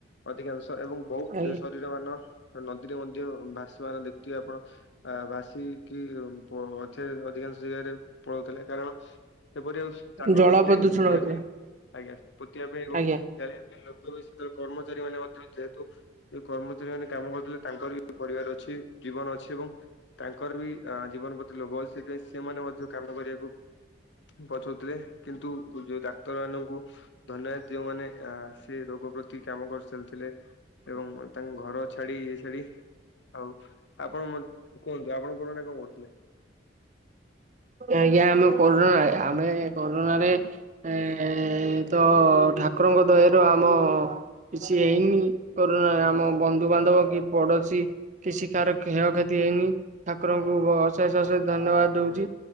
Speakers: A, on the left; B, on the right.
A: ଅଧିକାଂଶ ଏବଂ ବୋହୁତ
B: ଆଜ୍ଞା।
A: ଶ ନଦୀର <unintelligible> ମାନ ନଦୀରେ ମଧ୍ୟ ଭାସିବାର ଦେଖଚି ଆପଣ ଆ ଭାସିକି ପ ଅଧି-ଅଧିକାଂଶ ଜାଗାରେ ପଳୋଉଥିଲେ କାରଣ ସେପରି ଆଉ ସ୍ଥାନ
B: ଜଳ
A: ନଥିଲା
B: ପ୍ରଦୂଷଣ
A: କି ପୋତିବା
B: ହଉଥିଲା
A: ପାଇଁ ଆଜ୍ଞା ପୋତିବା ପାଇଁ ଏଂବ
B: ଆଜ୍ଞା
A: ଜାଣିବା ପାଇଁ ଲୋକ ସେତେବେଳେ କର୍ମଚାରୀ ମାନେ ମଧ୍ୟ ଯେହେତୁ ଯୋଉ କର୍ମଚାରୀ ମାନେ କାମ କରୁଥିଲେ ତାଙ୍କର ବି ପରିବାର ଅଛି ଜୀବନ ଅଛି ଏବଂ ତାଙ୍କର ବି ଆଁ ଜୀବନ ପ୍ରତି ଲୋଭ ଅଛି। ସେଥିାଇଁ ସେମାନେ ମଧ୍ୟ କାମ କରିବାକୁ ପଛଉଥିଲେ କିନ୍ତୁ ଯୋଉ ଡାକ୍ତର ମାନଙ୍କୁ ଧନ୍ୟବାଦ ଯୋଉମାନେ ଆ ସେ ରୋଗ ପ୍ରତି କାମ କରିଚାଲିଥିଲେ ଏବଂ ତାଙ୍କ ଘର ଛାଡି ଇଏ ଛାଡି ଆଉ ଆପଣ ମ କୁହନ୍ତୁ ଆପଣ କୋରୋନାରେ କଣ କରୁୁ
B: ଆଜ୍ଞା ଆମେ କୋରୋନା ଆମେ କୋରୋନାରେ ଏଁ ତ ଠା କୁରଙ୍କ ଦୟାରୁ ଆମ କିଛି ହେଇନି କୋରୋନା ବନ୍ଧୁ ବାନ୍ଧବ କି ପଡୋଶୀ କିଛି କାହାର କ୍ଷୟ କ୍ଷତି ହେଇନି ଠାକୁରଙ୍କୁ ଅଶେଷ ଅଶେଷ ଧନ୍ୟବାଦ ଦଉଚି।
A: ହୁଁ